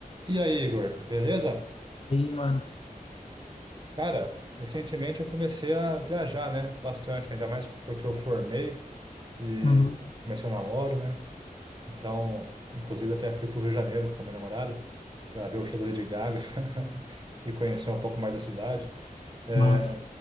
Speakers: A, on the right; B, on the left.
A: E aí, Igor, beleza?
B: E aí, mano.
A: Cara, recentemente eu comecei a viajar, né? Bastante, ainda mais porque eu formei e
B: Uhum.
A: comecei o namoro, né? Então, inclusive até fui pro Rio de Janeiro com a minha namorada para ver o show da Lady Gaga <laughs> e conhecer um pouco mais da cidade. É,
B: Massa.